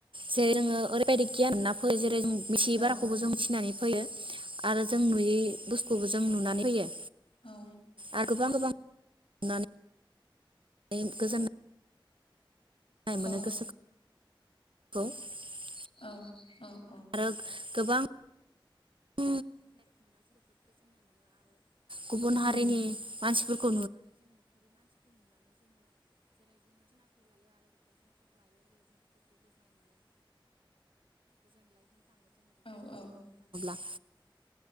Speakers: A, on the right (about 75°); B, on the left (about 80°).
A: जेरै जोङो ओरैबायदि गियान मोनना फैयो जेरै जों मिथियि
B: औ
A: बाराखौबो जों मिथिनानै फैयो आरो जों नुयै बुस्थुबो जों नुनानै फैयो
B: औ
A: आरो गोबां गोबां <unintelligible> नै गोजोन <inaudible>
B: औ
A: <inaudible>
B: औ औ
A: आरो गोबां <inaudible> गुबुन हारिनि
B: उम
A: मानसिफोर
B: औ औ
A: <inaudible> <inaudible>